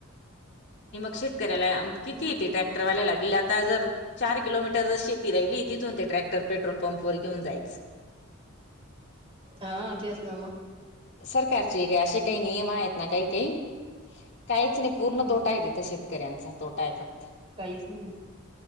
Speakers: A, on the left; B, on the right.
A: श <inaudible> किती
B: मग
A: येते
B: तेच
A: ट्रॅक्टरवाल्या
B: ना मग
A: लागे आता जर चार किलोमीटर जशी ी राहिली तिून ते टॅक्टर पेट्रोल पंप ववरेऊन जायचं. <unintelligible>
B: हा ते अस नामा <unintelligible>
A: सरकारची का असे काही नियम आहेत ना काही काही काहीच नाही. पूर्ण
B: हम्म
A: तोटा आहे तिथं शेतकऱ्यांचा तोटा आहे फक्त <unintelligible>
B: काईस नाही <unintelligible>